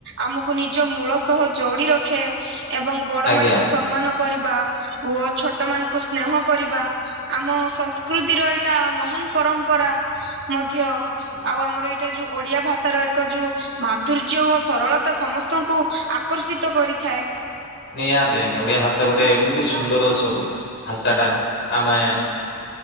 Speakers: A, on the right; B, on the left.
A: ଆମକୁ ନିଜ ମୂଳ ସହ ଯୋଡି ରଖେ ଏବଂ ବଡ
B: ଆଜ୍ଞା।
A: ମାନଙ୍କୁ ସମ୍ମାନ କରିବା। ଓ ଛୋଟ ମାନଙ୍କୁ ସ୍ନେହ କରିବା ଆମ ସ୍ ସଂସ୍କୃତିର ଏଇଟା ମହାନ ପରମ୍ପରା ମଧ୍ୟ। ଆଉ ଆମର ଏଇଟା ଯୋଉ ଓଡିଆ ଭାଷାର ଏକ ଯୋଉ ମାଧୁର୍ଯ୍ୟ ଓ ସରଳତା ସମସ୍ତଙ୍କୁ ଆକର୍ଷିତ କରିଥାଏ।
B: ନିହାତି ଆଜ୍ଞା ଓଡିଆ ଭାଷା ଗୋଟେ ଏମିତି ସୁନ୍ଦର ସବୁ ଭାଷାଟା ଆମେ।
A: ଆଜ୍ଞା।